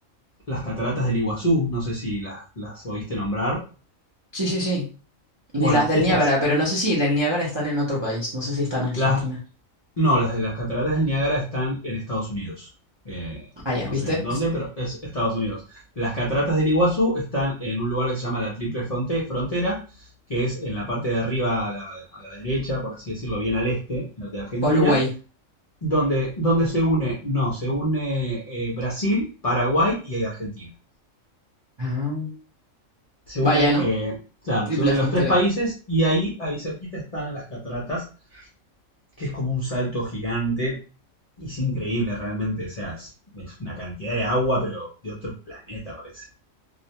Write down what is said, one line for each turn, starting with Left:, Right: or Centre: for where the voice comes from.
Left: las cataratas del Iguazú, no sé si las, las oíste nombrar.
Right: Sí, sí, sí. Y
Left: Bueno,
Right: las del
Left: estas,
Right: Niágara, pero no sé si del Niágara están en otro país, no sé si están en Argentina.
Left: las, No, las de las cataratas del Niágara están en Estados Unidos. Eh,
Right: Ah, ya,
Left: no
Right: ¿viste?
Left: sé bien dónde, pero es Estados Unidos. Las cataratas del Iguazú están en un lugar que se llama la Triple Fronte- Frontera, que es en la parte de arriba a la, a la derecha, por así decirlo, bien al este en la de Argentina,
Right: Paraguay.
Left: donde, donde se une, no, se une eh, Brasil, Paraguay y ahí Argentina.
Right: Ah.
Left: Se une,
Right: Vaya, ¿no?
Left: eh, claro,
Right: Triple
Left: se unen
Right: frontera.
Left: los tres países y ahí, ahí cerquita están las cataratas, que es como un salto gigante y Es increíble realmente, o sea, es, es una cantidad de agua, pero de otro planeta parece.